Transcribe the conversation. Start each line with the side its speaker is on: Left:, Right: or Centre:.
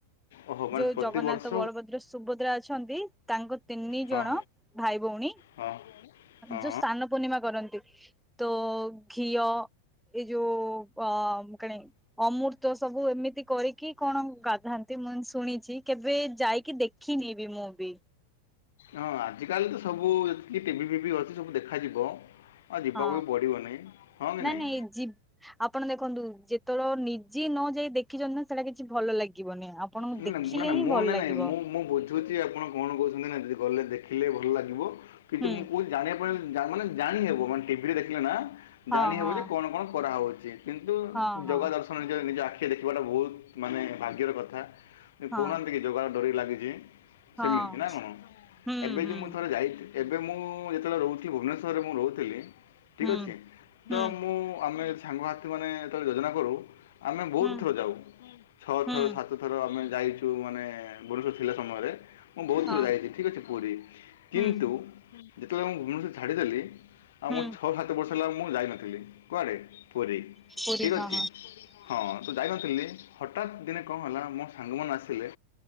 Left: ଓହୋ ମାନେ
Centre: ଯୋଉ
Left: ପ୍ରତିବର୍ଷ
Centre: ଜଗନ୍ନାଥ ବଳଭଦ୍ର ସୁଭଦ୍ରା ଅଛନ୍ତି ତାଙ୍କ ତିନି
Left: ହଁ।
Centre: ଜଣ ଭ ଭାଇ ଭଉଣୀ
Left: ହଁ ହଁ
Centre: ଯୋଉ ସ୍ନାନ ପୂର୍ଣିମା କରନ୍ତି। ତ ଘିଅ ଏଇ ଯୋଉ ଅ କଣ ଅମୃତ ସବୁ ଏମିତି କରିକି କି କଣ ଗାଧାନ୍ତି ମୁଁ ଶୁଣିଚି କେବେ ଯାଇକି ଦେଖିନି ବି ମୁଁ ବି।
Left: ହଁ ଆଜିକାଲି ତ ସବୁତିକି ଟିଭି ଫିଭି ଅଛି ସବୁ ଦେଖାଯିବ। ଆଉ ଯିବାକୁ
Centre: ହଁ
Left: ବି ପଡ଼ିବନି ହଁ କି
Centre: ନାଇଁ
Left: ନାହିଁ
Centre: ନାଇଁ ଏ ଜି ଆପଣ ଦେଖନ୍ତୁ ଯେତେବେଳେ ନି ଯିଏ ନ ଯାଇ ଦେଖିଚନ୍ତି ନା ସେଇଟା କିଛି ଭଲ ଲାଗିବନି ଆପଣଙ୍କୁ
Left: ନା
Centre: ଦେଖିଲେ
Left: ନା ନା
Centre: ହିଁ
Left: ମୁଁ
Centre: ଭଲ
Left: ନା
Centre: ଲାଗିବ।
Left: ନାଇଁ ମୁଁ ମୁଁ ଆପଣ କଣ କହୁଚନ୍ତି ନା ଯଦି ଗଲେ ଦେଖିଲେ ଭଲ ଲାଗିବ କିନ୍ତୁ
Centre: ହୁଁ
Left: ମୁଁ କହୁଚି ଜାଣିବା ପାଇଁ ମାନେ ଜାଣିହବ ମାନେ ଟିଭି ରେ ଦେଖିଲେ ନା
Centre: ହଁ
Left: ଜାଣି ହେବ
Centre: ହଁ
Left: ଯେ କଣ କଣ କରାହଉଚି। କିନ୍ତୁ
Centre: ହଁ ହଁ
Left: ଜଗା ଦର୍ଶନ ନିଜ ନିଜ ଆଖି ଦେଖିବାଟା ବହୁତ ମାନେ ଭାଗ୍ୟର କଥା।
Centre: ହଁ
Left: କହୁନାହାନ୍ତି କି ଜଗା ର ଡୋରି ଲାଗିଛି।
Centre: ହଁ
Left: ସେମିତି ନା କଣ
Centre: ହୁଁ
Left: ଏବେ
Centre: ହୁଁ
Left: ଯେ ମୁଁ ଥରେ ଯାଇଥିଲି। ଏବେ ମୁଁ ଯେତେବେଳେ ରହୁଥିଲି ଭୁବନେଶ୍ୱରରେ ମୁଁ ରହୁଥିଲି। ଠିକ
Centre: ହୁଁ
Left: ଅଛି ତ
Centre: ହୁଁ
Left: ମୁଁ ଆମେ ସାଙ୍ଗସାଥି ମାନେ ଯେତେବେଳେ ଯୋଜନା କରୁ ଆମେ ବହୁତ
Centre: ହୁଁ
Left: ଥ ଯାଉ ଛଅ
Centre: ହୁଁ
Left: ଥର ସାତ ଥର ଆମେ ଯାଇଚୁ ମାନେ ବରୁଷ ଥିଲା ସମୟରେ। ମୁଁ ବହୁତ
Centre: ହଁ
Left: ଥର ଯାଇଚି ଠିକ୍ ଅଛି ପୁରୀ କିନ୍ତୁ
Centre: ହୁଁ
Left: ଯେତେବେଳେ ମୁଁ ଭୁବନେଶ୍ୱରରେ ଛାଡ଼ିଦେଲି। ଆଉ
Centre: ହୁଁ
Left: ମୋ ଛଅ ସାତ ବର୍ଷ ହେଲା ମୁଁ ଯାଇନଥିଲି କୁଆଡେ ପୁରୀ
Centre: ପୁରୀ
Left: ଠିକ୍
Centre: ହଁ
Left: ଅଛି ହଁ। ଥିଲେ ହଠାତ୍ ଦିନେ କଣ ହେଲା ଆମ ସାଙ୍ଗ ମାନେ ଆସିଲେ